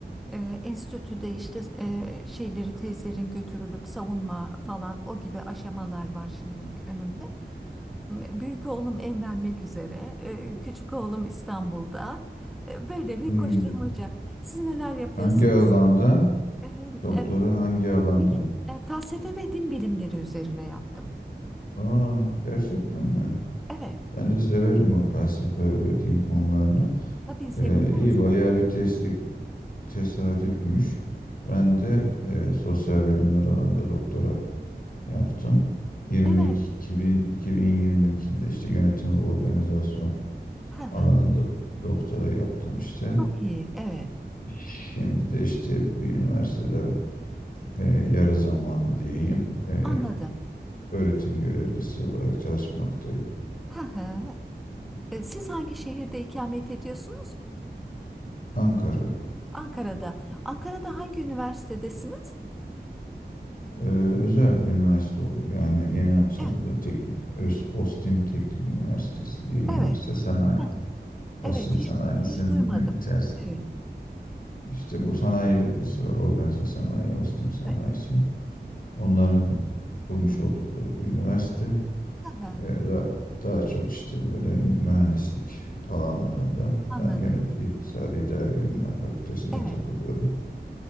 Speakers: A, in the centre; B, on the left.
A: Ee, enstitüde işte e, şeyleri tezlerin götürülüp savunma falan o gibi aşamalar var şimdilik önümde. M- Büyük oğlum evlenmek üzere, e, küçük oğlum İstanbul'da. E, böyle bir
B: Hmm.
A: koşturmaca. Siz neler yapıyorsunuz?
B: Hangi alanda?
A: E,
B: Doktora
A: e,
B: hangi alanda?
A: bilim, e, felsefe ve din bilimleri üzerine yaptım.
B: Aa, gerçekten mi?
A: Evet,
B: Ben de severim bu felsefe ve din konularını.
A: tabii sevilmez
B: Ee, iyi bayağı
A: mi?
B: bir teslik tesadüfmüş. Ben de e, sosyal bilimler alanında doktora. yaptım. 22,
A: Evet,
B: 2000 2022'de işte yönetim ve organizasyon
A: Hı hı.
B: alanında doktora yaptım işte.
A: çok iyi, evet,
B: Şimdi de işte bir üniversitede e, yarı zamanlı diyeyim e,
A: anladım.
B: öğretim görevlisi olarak çalışmaktayım.
A: Hı hı. E, siz hangi şehirde ikamet ediyorsunuz?
B: Ankara
A: Ankara'da. Ankara'da hangi üniversitedesiniz?
B: e, özel bir üniversite o- yani yeni açıldı
A: Evet,
B: teknik Ös- OSTİM Teknik Üniversitesi diye bir
A: evet.
B: üniversite sanayi.
A: Hı hı.
B: OSTİM
A: Evet, hiç,
B: sanayisinin
A: hiç duymadım.
B: içerisinde
A: Evet,
B: İşte bu sanayi bölgesi var. Organize sanayi, Ostim sanayisi.
A: evet.
B: Onların kurmuş oldukları bir üniversite.
A: Hı hı,
B: Ve da, daha çok işte böyle mühendislik alanlarında.
A: Anladım.
B: Ben yönet İktisadi İdari Bilimler Fakültesi'nde
A: Evet.
B: takılıyorum.